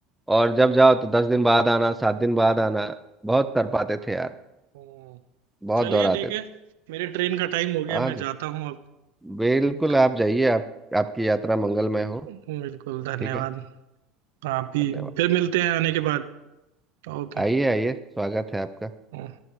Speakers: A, in the centre; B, on the right (about 70°).
A: और जब जाओ तो दस दिन बाद आना सात दिन बाद आना बहुत कर पाते थे यार
B: हम्म।
A: बहुत
B: चलिए
A: दोहराते
B: ठीक है
A: थे
B: मेरे ट्रेन का टाइम हो गया
A: हाँ
B: मैं
A: जी
B: जाता हूँ
A: बिल्कुल
B: अब
A: आप जाइए आप आपकी यात्रा मंगलमय हो
B: बिल्कुल धन्यवाद
A: ठीक है
B: आप भी
A: धन्यवाद
B: फिर मिलते हैं आने के बाद ओके
A: आइए आइए स्वागत है आपका
B: हम्म।